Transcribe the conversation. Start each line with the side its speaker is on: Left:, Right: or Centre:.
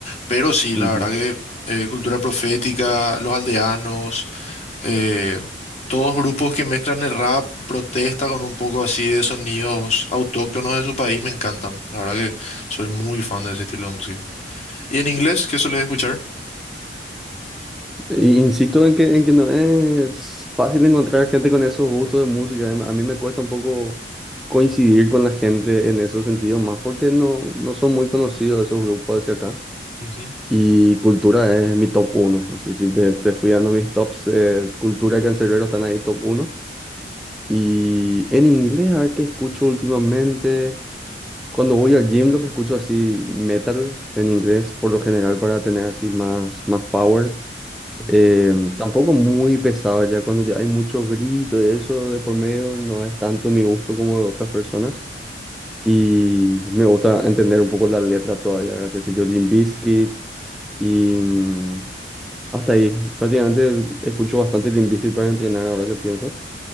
Left: pero sí,
Centre: Ujú.
Left: la verdad que eh, Cultura Profética, Los Aldeanos, eh, todos grupos que mezclan el rap, protesta con un poco así de sonidos autóctonos de su país, me encantan. La verdad que soy muy fan de ese estilo de música. ¿Y en inglés, qué sueles escuchar?
Centre: Y insisto en que, en que no es fácil encontrar gente con esos gustos de música. A mí me cuesta un poco coincidir con la gente en esos sentidos, más porque no, no son muy conocidos esos grupos hacia acá.
Left: Ujú,
Centre: Y Cultura es mi top uno. Así si te, te fui dando mis tops, eh, Cultura y Canserbero están ahí top uno. Y en inglés, a ver qué escucho últimamente. Cuando voy al gym, lo que escucho así metal en inglés, por lo general para tener así más, más power.
Left: ujú.
Centre: Eh, tampoco muy pesado ya, cuando ya hay mucho grito y eso de por medio, no es tanto mi gusto como de otras personas. Y me gusta entender un poco la letra todavía, ahora qué sé yo, Limp Bizkit y mm, hasta ahí. Prácticamente escucho bastante Limp Bizkit para entrenar ahora que pienso.